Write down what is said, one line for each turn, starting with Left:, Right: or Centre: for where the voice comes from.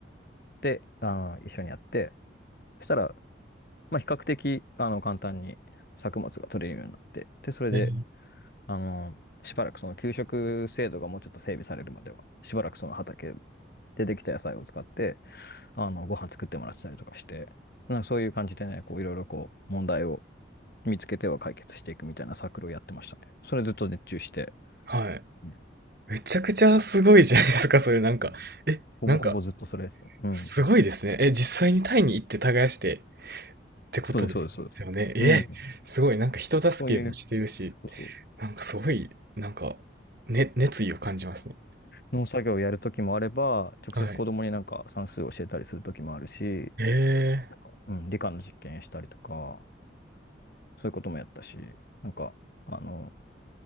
Left: で、あの、一緒にやって、そしたら、まあ、比較的、あの、簡単に作物が取れるようになって、で、それで、
Right: えー、
Left: あの、しばらくその給食制度がもうちょっと整備されるまでは、しばらくその畑でできた野菜を使って、あの、ご飯作ってもらってたりとかして、なんかそういう感じでね、こういろいろこう問題を見つけては解決していくみたいなサークルをやってましたね。それずっと熱中して、
Right: はい。
Left: ね
Right: めちゃくちゃすごいじゃないですか、それなんか。
Left: うん
Right: え、
Left: ほぼほぼずっとそれやってた。
Right: なんか、
Left: うん。
Right: すごいですね。え、実際にタイに行って耕してってことですよね。
Left: そうです、そうです、そうです。
Right: え、
Left: うん。
Right: すごい、なんか人助けもしてるし、
Left: そういう、そうそ
Right: なんかすごい、なんか、ね、熱意を感じますね。
Left: う。農作業をやるときもあれば、直接子供になんか算数を教えたりするときもあるし、
Right: はい。え
Left: なんか、うん、理科の実験したりとか、そういうこともやったし、なんか、あの、